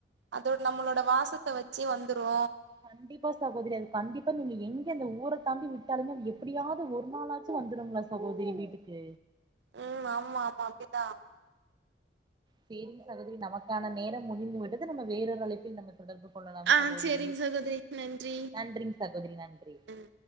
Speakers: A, on the right; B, on the right.
A: அதோட் நம்மளோட வாசத்த வெச்சி வந்துரூ
B: கண்டிப்பா சகோதரி அது கண்டிப்பா நீங்க எங்க அந்த ஊரத்தாண்டி விட்டாலுமே அது எப்பிடியாது ஒரு நாளாச்சு வந்துருங்ளா ச சகோதரி வீட்டுக்கு
A: ம் ஆமா ஆமா அப்டித்தா
B: சேரிங்க சகோதிரி நமக்கான நேரம் முடிந்து விட்டது நம்ம வேறொரு அழைப்பில் நம்ம தொடர்பு கொள்ளலாம்
A: ஆ
B: சகோதிரி
A: சேரிங்க சகோதரி நன்றி
B: நன்றிங் சகோதிரி நன்றி
A: ம்